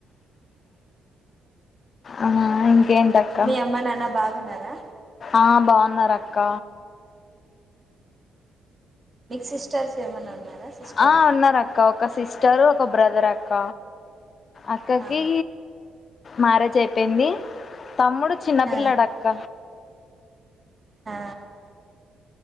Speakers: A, on the left; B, on the right.
A: ఆ ఇంకేంటక్క
B: మీ అమ్మ నాన్న బాగున్నారా
A: ఆ బాగున్నారక్క
B: మీకు సిస్టర్స్ ఏమన్నా ఉన్నారా సిస్టర్
A: ఆ ఉన్నారు అక్క ఒక సిస్టర్ ఒక బ్రదర్ అక్క అక్కకి
B: ఆ
A: మ్యారేజ్ అయిపేయింది తమ్ముడు చిన్నపిల్లడక్క
B: ఆ ఆ